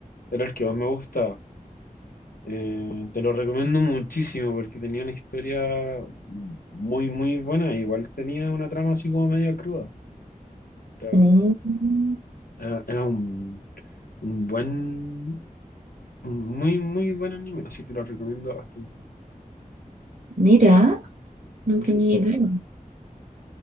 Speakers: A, on the left (about 80°); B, on the right (about 65°).
A: Era el que más me gustaba. Eh, te lo recomiendo muchísimo porque tenía una historia muy, muy buena. Igual tenía una trama así como media cruda. Era,
B: Mm,
A: era- era un, un buen, un muy, muy buen anime. Así que te lo recomiendo bastante.
B: mira, no tenía
A: Sí,
B: idea.